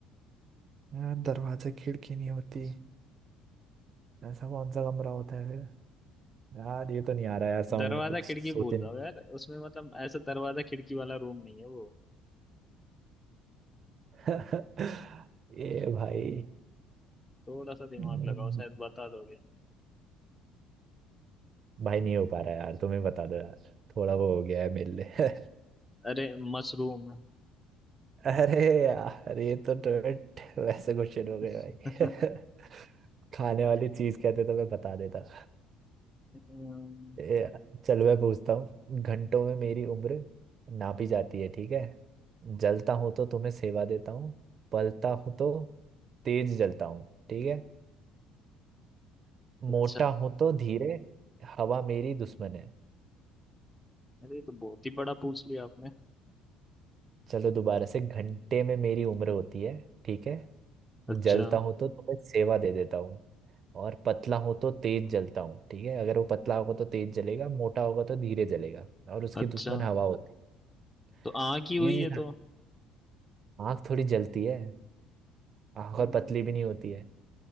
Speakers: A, on the right (about 50°); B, on the left (about 15°).
A: यार दरवाजा खिड़की नहीं होती ऐसा कौन सा कमरा होता है फिर यार ये तो नहीं आ रहा यार समझ
B: दरवाजा
A: में कुछ सोचे
B: खिड़की भूल जाओ यार उसमें मतलब ऐसा दरवाजा खिड़की वाला रूम नहीं है वो
A: नहीं <laughs> ये भाई
B: थोड़ा सा दिमाग
A: हम्म,
B: लगाओ शायद बता दोगे
A: भाई नहीं हो पा रहा यार तुम ही बता दो यार थोड़ा वो हो गया है मेरे लिए
B: अरे मशरूम
A: <laughs> अरे यार ये तो टोट वैसे क्वेश्चन
B: <laughs>
A: हो गए भाई <laughs> खाने वाली चीज कहते तो मैं बता देता
B: अम्म,
A: ए यार, चल मैं पूछता हूँ घंटों में मेरी उम्र नापी जाती है ठीक है जलता हूँ तो तुम्हें सेवा देता हूँ पलता हूँ तो तेज जलता हूँ ठीक है
B: अच्छा
A: मोटा हूं तो धीरे हवा मेरी दुश्मन है
B: अरे ये तो बहुत ही बड़ा पूछ लिया आपने
A: चलो दोबारा से घंटे में मेरी उम्र होती है ठीक है
B: अच्छा
A: जलता हूं तो तुम्हें सेवा दे देता हूँ और पतला हूं तो तेज जलता हूँ ठीक है अगर वो पतला होगा तो तेज जलेगा मोटा होगा तो धीरे जलेगा और उसकी
B: अच्छा
A: दुश्मन हवा होती
B: तो आँख
A: है
B: ही हुई
A: इजी
B: है
A: था
B: तो
A: आँख थोड़ी जलती है आँख
B: हम्म।
A: और पतली भी नहीं होती है